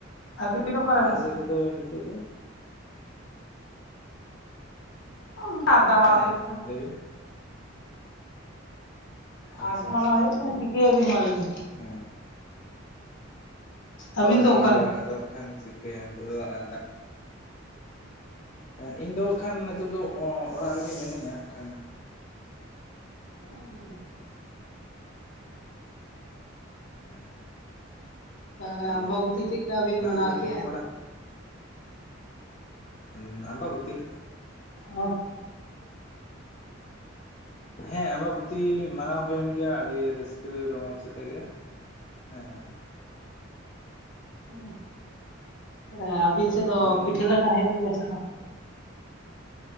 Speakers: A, on the left (about 65°); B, on the left (about 35°).
A: ᱟᱹᱵᱤᱱ ᱚᱠᱟᱨᱮ
B: ᱰᱟᱹᱦᱤ
A: ᱢᱮᱱᱟᱜ
B: ᱥᱮᱫ
A: ᱵᱤᱱᱟ
B: ᱨᱮᱫᱚ ᱱᱤᱛᱚᱜ ᱫᱚ
A: ᱩᱸ ᱟᱰᱰᱟᱵᱟᱲᱟ
B: ᱦᱮᱸ
A: ᱦᱩᱭᱩᱜ ᱠᱟᱱᱟ
B: ᱞᱟᱹᱭ
A: ᱾
B: ᱵᱤᱱ ᱟᱪᱪᱷᱟ
A: ᱟᱰᱰᱟᱢᱟᱨᱟᱣ
B: ᱟᱪᱪᱷᱟ
A: ᱦᱩᱭᱩᱜ ᱠᱟᱱᱟ ᱪᱤᱠᱟᱹᱭᱟᱵᱤᱱ ᱢᱟ ᱞᱟᱹᱭ ᱵᱤᱱ
B: ᱦᱮᱸ ᱦᱳᱭ
A: ᱟᱹᱵᱤᱱ ᱫᱚ
B: ᱦᱳᱭ
A: ᱚᱠᱟᱨᱮ
B: ᱦᱳᱭ ᱟᱫᱚ ᱦᱟᱸᱜᱠᱷᱟᱱ ᱪᱤᱠᱟᱹᱭᱟᱢᱟ <unintelligible> ᱦᱮᱸ ᱤᱧ ᱫᱚ ᱦᱟᱸᱜᱠᱷᱟᱱ ᱱᱤᱛᱳᱜ ᱫᱚ ᱚᱲᱟᱜ ᱨᱮᱜᱮ ᱢᱤᱱᱟᱹᱧᱟ ᱦᱟᱸᱜᱠᱷᱟᱱ
A: <unintelligible>
B: <inaudible>
A: ᱛᱟᱦᱚᱞᱮ
B: ᱟᱫᱚ
A: ᱟᱢᱵᱟᱵᱩᱛᱤ ᱪᱮᱜ ᱠᱟ ᱵᱤᱱ
B: ᱫᱟᱠᱟ
A: ᱢᱟᱱᱟᱣ
B: ᱠᱚ
A: ᱠᱮᱜᱼᱟ?
B: ᱡᱚᱢ ᱵᱟᱲᱟ ᱩᱸ ᱟᱢᱵᱟᱵᱩᱛᱤ,
A: <unintelligible>
B: ᱦᱮᱸ ᱟᱢᱵᱟᱵᱩᱚᱛᱤ ᱢᱟᱱᱟᱣ ᱦᱩᱭᱮᱱ ᱜᱮᱭᱟ ᱟᱹᱰᱤ ᱨᱟᱹᱥᱠᱟᱹ ᱨᱚᱢᱚᱡᱽ ᱥᱟᱛᱮᱜ ᱜᱮ ᱾ ᱦᱮᱸ <unintelligible> ᱾
A: <unintelligible> ᱢᱟᱱᱮ ᱟᱹᱵᱤᱱ ᱥᱮᱫ ᱫᱚ
B: ᱟᱢ
A: ᱯᱤᱴᱷᱟᱹ ᱞᱟᱴᱷᱟ ᱦᱩᱭᱩᱜ ᱜᱮᱭᱟ ᱥᱮ ᱵᱟᱝ?